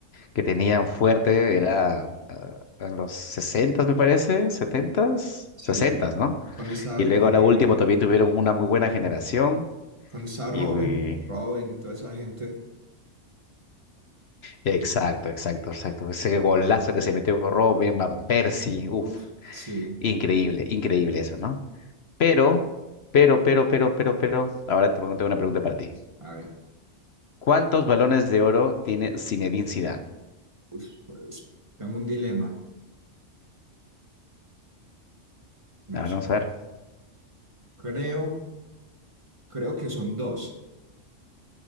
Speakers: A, on the left; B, on the right.
A: que tenían fuerte era ah, en los sesentas me parece, setentas
B: Sí.
A: sesentas ¿no?
B: Cuando estaba,
A: Y luego
B: eh,
A: ahora último también tuvieron una muy buena generación.
B: cuando estaba
A: Y,
B: Robin,
A: y-
B: Robin y toda esa gente,
A: exacto, exacto, exacto. Ese golazo que se metió con Robin, Van Persie, uff,
B: uf, sí,
A: increíble, increíble eso, ¿no? Pero, pero, pero, pero, pero, pero, ahora te pregunto una pregunta para ti.
B: a ver,
A: ¿Cuántos balones de oro tiene Zinedine Zidane?
B: uf, pues, tengo un dilema, no
A: A ver,
B: sé.
A: vamos a ver.
B: Creo, creo que son dos,